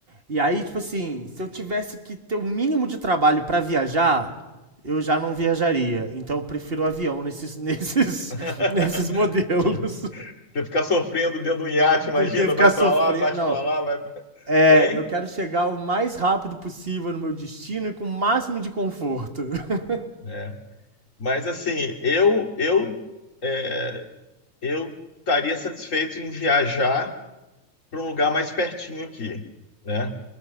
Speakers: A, on the right; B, on the left.
A: E aí, tipo assim, se eu tivesse que ter o mínimo de trabalho pra viajar, eu já não viajaria. Então eu prefiro o avião nesses, nesses,
B: <laughs>
A: <laughs> nesses modelos
B: Você ficar sofrendo dentro de um iate,
A: do
B: imagina,
A: que ficar
B: vai
A: sofrendo.
B: pra lá, bate
A: Não,
B: pra lá, vai, pra-
A: é,
B: hein?
A: eu quero chegar o mais rápido possível no meu destino e com o máximo de conforto. <laughs>
B: É. Mas assim, eu, eu é, eu estaria satisfeito em viajar para um lugar mais pertinho aqui, né?